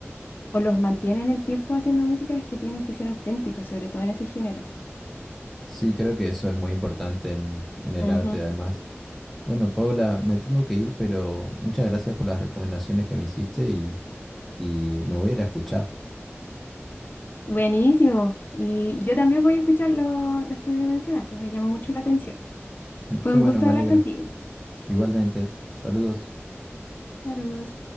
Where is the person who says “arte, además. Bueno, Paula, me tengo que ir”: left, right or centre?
Centre